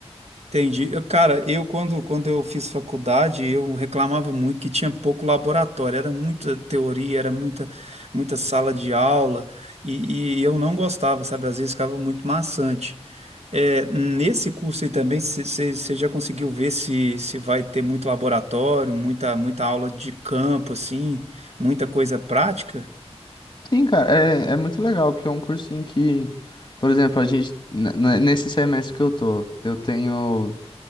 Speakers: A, on the right (about 75°); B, on the left (about 45°).
A: Entendi. Eu, cara, eu quando, quando eu fiz faculdade, eu reclamava muito que tinha pouco laboratório, era muita teoria, era muita, muita sala de aula, e, e eu não gostava, sabe? Às vezes ficava muito maçante. É, nesse curso aí também, você já conseguiu ver se, se vai ter muito laboratório, muita, muita aula de campo, assim, muita coisa prática?
B: Sim, cara, é, é muito legal, porque é um curso em que, por exemplo, a gente, n- n- nesse semestre que eu tô, eu tenho